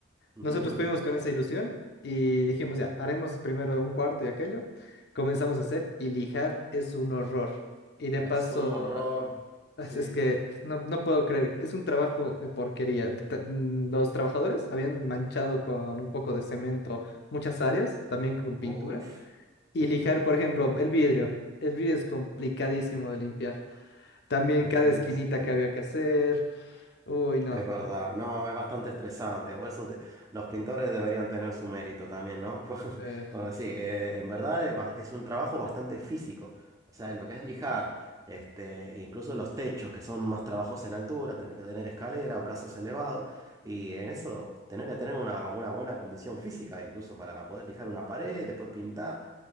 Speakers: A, on the right (about 15°); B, on the left (about 55°).
A: ujú,
B: Nosotros fuimos con esa ilusión y dijimos, ya, haremos primero un cuarto y aquello. Comenzamos a hacer y lijar es un horror. Y de paso,
A: Es un horror.
B: <laughs> es
A: Sí.
B: es que no, no puedo creer, es un trabajo de porquería. Ta- mm, Los trabajadores habían manchado con un poco de cemento muchas áreas, también con pintura.
A: Uf.
B: Y
A: Sí.
B: lijar, por ejemplo, el vidrio. El vidrio es complicadísimo de limpiar. También
A: El
B: cada
A: vídeo
B: esquinita
A: es. Sí.
B: que había que hacer. Uy, no.
A: Es verdad, no, es bastante estresante. Por eso te- los pintores deberían tener su mérito también, ¿no? <laughs>
B: eh,
A: Bueno, sí, eh, en verdad es, ba- es un trabajo bastante físico. O sea, lo que es lijar, este, incluso los techos, que son más trabajos en altura, tenés que tener escalera, brazos elevados, y en eso tenés que tener una, una buena condición física, incluso para poder lijar una pared, después pintar.